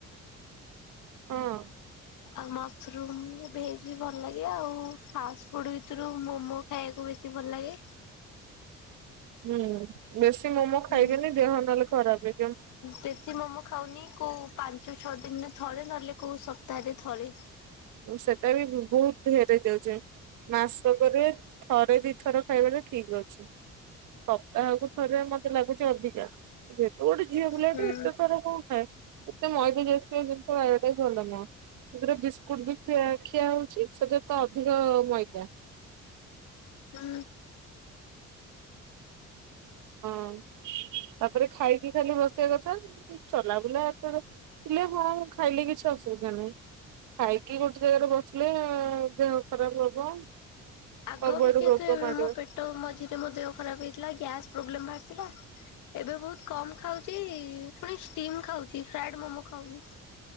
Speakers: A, on the right (about 85°); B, on the left (about 85°).
A: ହଁ।
B: ଆଉ ମସରୁମ ଭେଜ ବି ଭଲ ଲାଗେ ଆଉ ଫାଷ୍ଟ ଫୁଡ ଭିତରୁ ମୋମୋ। ଖାଇବାକୁ ବେଶୀ ଭଲ ଲାଗେ।
A: ହୁଁ ବେଶୀ ମୋମୋ ଖାଇବେନି
B: ହୁଁ
A: ଦେହ ନହେଲେ ଖରାପେ।
B: ବେଶୀ ମୋମୋ ଖାଉନି କୋଉ ପାଞ୍ଚ ଛଅ ଦିନରେ ଥରେ ନହେଲେ କୋଉ ସପ୍ତାହରେ ଥରେ।
A: ଉଁ ସେଟା ବି ବହୁତ ଢେର ହେଇ ଯାଉଛି। ମାସକରେ ଥରେ ଦିଥର ଖାଇବା ଟା ଠିକ ଅଛି। ସପ୍ତାହକୁ ଥରେ ମତେ ଲାଗୁଛି ଅଧିକା। ଯେହେତୁ ଗୋଟେ ଝିଅ ପିଲା
B: ହୁଁ
A: ଟେ ଏତେ ଥର କଁ ଖାଏ? ଏତେ ମଇଦା ଜାତିୟ ଜିନିଷ ଖାଇବା ଟା ବି ଭଲ ନୁହଁ। ବିସ୍କୁଟ ବି ଖିଆ ଖିଆ ହଉଛି ସେଥେରେ ତ ଅଧିକ ମଇଦା।
B: ହୁଁ। <inaudible>
A: ଆଉ ତାପରେ ଖାଇକି ଖାଲି ବସିବା କଥା। ଏ ଚଲା ବୁଲା ଏତେ ରେ ଥିଲେ ହଁ ଖାଇଲେ କିଛି ଅସୁବିଧା ନାହିଁ। ଖାଇକି ଗୋଟେ ଜାଗାରେ ବସିଲେ ଏ-ଦେହ ଖରାପ ହବ।
B: ଆଗ
A: ସବୁଆଡୁ
B: ବି କିତେ
A: ରୋଗ ମାଡି
B: ମୋ
A: ଆସ
B: ପେଟ ମଝିରେ ମୋ ଦେହ ଖରାପ ହେଇଥିଲା ଗ୍ୟାସ୍ ପ୍ରୋବ୍ଲେମ ବାହାରିଥିଲା। ଏବେ ବୋହୁତ କମ୍ ଖାଉଛି ପୁଣି ଷ୍ଟିମ୍ ଖାଉଛି ଫ୍ରାଏଡ ମୋମୋ ଖାଉନି।